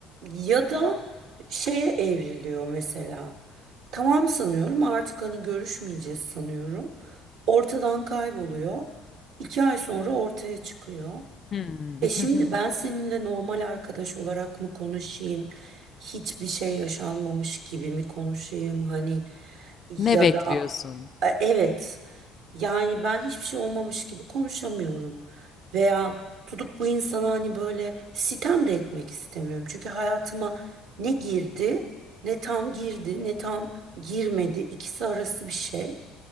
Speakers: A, on the right (about 70°); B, on the left (about 40°).
A: ya da şeye evriliyor mesela. Tamam sanıyorum artık hani görüşmeyeceğiz sanıyorum. Ortadan kayboluyor. İki ay sonra ortaya çıkıyor.
B: Hımm.
A: E şimdi
B: <laughs>
A: ben seninle normal arkadaş olarak mı konuşayım? Hiçbir şey yaşanmamış gibi mi konuşayım? Hani ya
B: Ne bekliyorsun?
A: da e, Evet. Yani ben hiçbir şey olmamış gibi konuşamıyorum. Veya tutup bu insana hani böyle sitem de etmek istemiyorum. Çünkü hayatıma ne girdi, ne tam girdi, ne tam girmedi. İkisi arası bir şey.